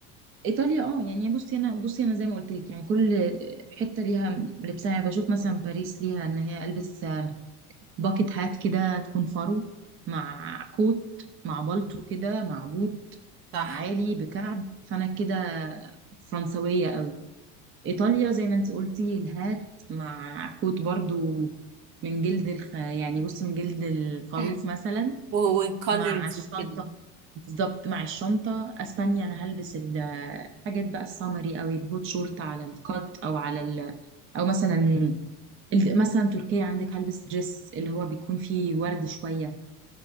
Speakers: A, on the right (about 35°); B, on the right (about 60°).
A: ايطاليا اه يعني بصي انا بصي انا زي ما قلت لك يعني كل حتة ليها لبسها يعني بشوف مثلا باريس ليها ان هي البس باكت هات كده تكون فرو مع كوت مع بالطو كده مع بوت
B: صح
A: عالي بكعب فانا كده فرنسوية قوي ايطاليا زي ما انت قلتي الهات مع كوت برضو من جلد الخ... يعني بصي من جلد الخروف
B: <laughs>
A: مثلا
B: وكولرز
A: مع الشنطة
B: وكده
A: بالظبط مع الشنطة اسبانيا انا هلبس الحاجات بقى السمري او الهوت شورت على الكات او على ال... او مثلا الد- مثلا تركيا عندك هلبس دريس اللي هو بيكون فيه ورد شوية